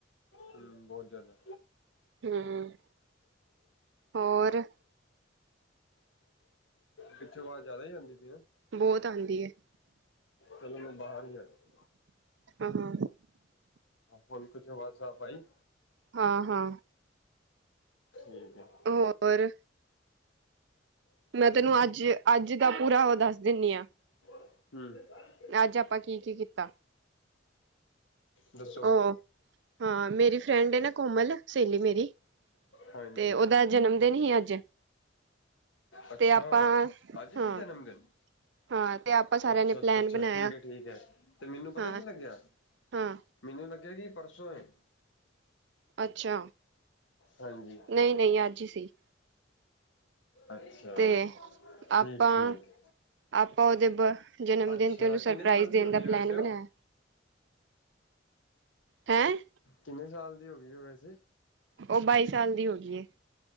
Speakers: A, on the left; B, on the right.
A: ਹਮ, ਬਹੁਤ ਜਿਆਦਾ।
B: ਹਮ ਹੋਰ।
A: ਪਿੱਛੋਂ ਆਵਾਜ਼ ਜਿਆਦਾ ਹੀ ਆਂਦੀ ਪਈ ਆ।
B: ਬਹੁਤ ਆਂਦੀ ਏ
A: ਚੱਲੋ, ਮੈਂ ਬਾਹਰ ਨੂੰ ਜਾਣਾ ਆ।
B: ਅਹਾ।
A: ਹੁਣ ਕੁਛ ਆਵਾਜ਼ ਸਾਫ ਆਈ।
B: ਹਾਂ- ਹਾਂ।
A: ਠੀਕ ਐ।
B: ਹੋਰ? ਮੈਂ ਤੈਨੂੰ ਅੱਜ -ਅੱਜ ਦਾ ਪੂਰਾ ਉਹ ਦੱਸ ਦਿੰਦੀ ਆ।
A: ਹਮ।
B: ਅੱਜ ਆਪਾਂ ਕੀ-ਕੀ ਕੀਤਾ?
A: ਦੱਸੋ?
B: ਉਹ ਹਾਂ ਮੇਰੀ ਫਰੈਂਡ ਹੈ ਨਾ ਕੋਮਲ ਸਹੇਲੀ ਮੇਰੀ
A: ਹਾਂਜੀ
B: ਤੇ ਉਹਦਾ। ਜਨਮਦਿਨ ਹੀ ਅੱਜ
A: ਅੱਛਾ
B: ਤੇ ਆਪਾਂ
A: ਅੱਜ
B: ਹਾਂ।
A: ਸੀ ਜਨਮ ਦਿਨ
B: ਹਾਂ ਤੇ ਆਪਾਂ ਸਾਰਿਆਂ
A: ਅੱਛਾ
B: ਨੇ ਪਲੈਨ
A: ਅੱਛਾ ਅੱਛਾ
B: ਬਣਾਇਆ
A: ਠੀਕ ਹੈ ਠੀਕ ਹੈ ਤੇ ਮੈਨੂੰ ਪਤਾ
B: ਹਾਂ।
A: ਕੀ ਲੱਗਿਆ
B: ਹਾਂ।
A: ਮੈਨੂੰ ਲੱਗਿਆ ਕਿ ਪਰਸੋਂ ਏ।
B: ਅੱਛਾ,
A: ਹਾਂਜੀ
B: ਨਹੀਂ-ਨਹੀਂ ਅੱਜ ਹੀ ਸੀ।
A: ਅੱਛਾ
B: ਤੇ
A: ਠੀਕ
B: ਆਪਾਂ
A: -ਠੀਕ।
B: ਆਪਾਂ ਉਹਦੇ ਬ ਜਨਮ
A: ਅੱਛਾ
B: ਦਿਨ ਤੇ ਉਹਨੂੰ ਸਰਪ੍ਰਈਜ਼
A: ਕਿੰਨੇ ਸਾਲ
B: ਦੇਣ
A: ਦੀ ਹੋ ਗਈ
B: ਦਾ
A: ਹੈ
B: ਪਲੈਨ
A: ਵੈਸੇ
B: ਬਣਾਇਆ।
A: ਉਹ
B: ਹੈਂ।
A: ਕਿੰਨੇ ਸਾਲ ਦੀ ਹੋ ਗਈ ਉਹ ਵੈਸੇ।
B: ਉਹ ਬਾਈ ਸਾਲ ਦੀ ਹੋ ਗਈ ਐ।